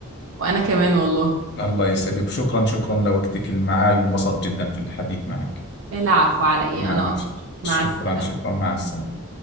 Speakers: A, on the right; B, on the left.
A: وانا كمان والله
B: الله يسعدك وشكرا شكرا لوقتك اللي معاي وانبسطت جدا في الحديث معك
A: العفو على ايه
B: ماشي
A: انا اكتر
B: شكرا
A: مع السلامة
B: شكرا مع السلامة